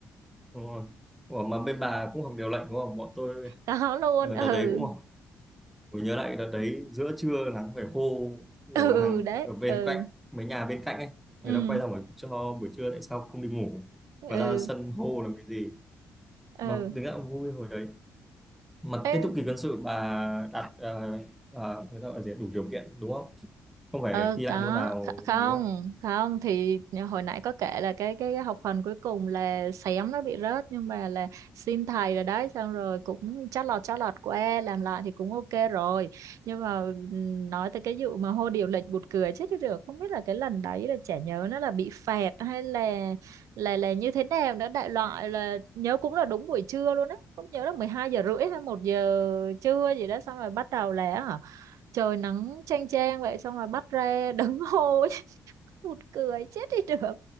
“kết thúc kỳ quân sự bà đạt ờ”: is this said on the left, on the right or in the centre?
Centre